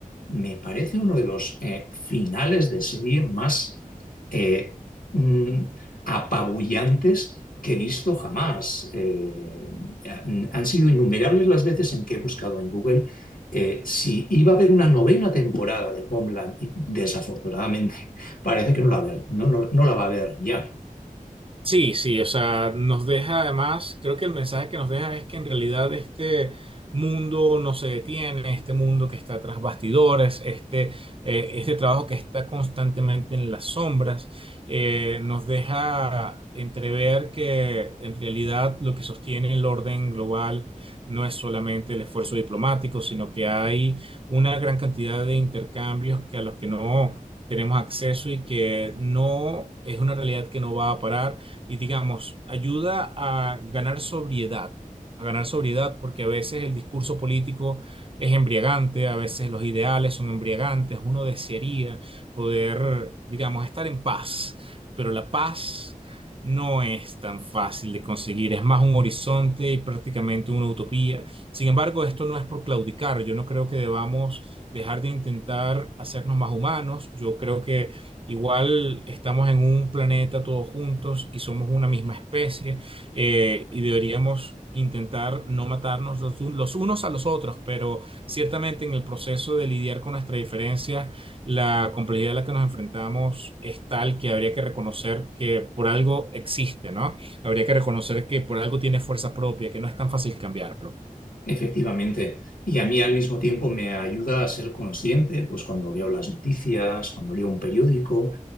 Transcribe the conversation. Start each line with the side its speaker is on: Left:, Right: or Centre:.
Left: Me parece uno de los eh, finales de serie más eh, mm, apabullantes que he visto jamás. Eh, han sido innumerables las veces en que he buscado en Google eh, si iba a haber una novena temporada de Homeland y desafortunadamente <laughs> parece que no la, va a haber, no, no, no la va a haber ya.
Right: Sí, sí, o sea, nos deja además, creo que el mensaje que nos deja es que en realidad este mundo no se detiene, este mundo que está tras bastidores, este, eh, este trabajo que está constantemente en las sombras, eh, nos deja entrever que en realidad lo que sostiene el orden global no es solamente el esfuerzo diplomático, sino que hay una gran cantidad de intercambios que a los que no tenemos acceso y que no es una realidad que no va a parar y digamos, ayuda a ganar sobriedad, a ganar sobriedad porque a veces el discurso político es embriagante, a veces los ideales son embriagantes, uno desearía poder, digamos, estar en paz, pero la paz no es tan fácil de conseguir, es más un horizonte y prácticamente una utopía. Sin embargo, esto no es por claudicar, yo no creo que debamos dejar de intentar hacernos más humanos, yo creo que Igual estamos en un planeta todos juntos y somos una misma especie eh, y deberíamos intentar no matarnos los, un- los unos a los otros, pero ciertamente en el proceso de lidiar con nuestras diferencias, la complejidad a la que nos enfrentamos es tal que habría que reconocer que por algo existe, ¿no? Habría que reconocer que por algo tiene fuerza propia, que no es tan fácil cambiarlo.
Left: Efectivamente. Y a mí al mismo tiempo me ayuda a ser consciente, pues cuando veo las noticias, cuando leo un periódico,